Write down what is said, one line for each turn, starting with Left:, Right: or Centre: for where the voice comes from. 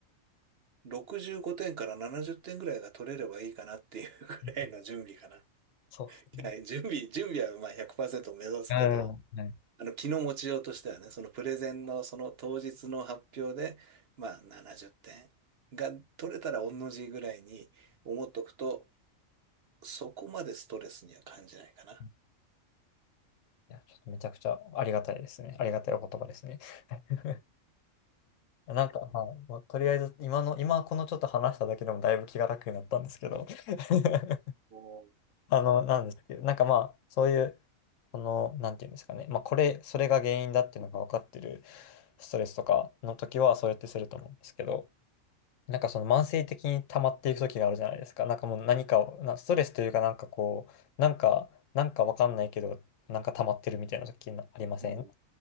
Right: 65点から70点ぐらいが取れればいいかなっていうぐらいの準備かな。
Left: うんそうですね。
Right: <laughs> はい、準備、準備はまあ100%目指すけど、
Left: うん、はい。い
Right: あの、気の持ちようとしてはね、そのプレゼンのその当日の発表で、まあ70点が取れたら同じぐらいに思っとくと、そこまでストレスには感じないかな。
Left: うんいや、ちょっとめちゃくちゃありがたいですね。ありがたいお言葉ですね。<laughs> なんか、はい、もうとりあえず、今の、今このちょっと話しただけでもだいぶ気が楽になったんですけど。<laughs>
Right: お
Left: あの、なんですけど、なんかまあ、そういう、この、なんていうんですかね、まあ、これ、それが原因だっていうのが分かってるストレスとかの時は、そうやってすると思うんですけど、なんかその慢性的に溜まっていく時があるじゃないですか。なんかもう何かを、な、ストレスというか、なんかこう、なんか、なんか分かんないけど、なんか溜まってるみたいな時なありません
Right: うん。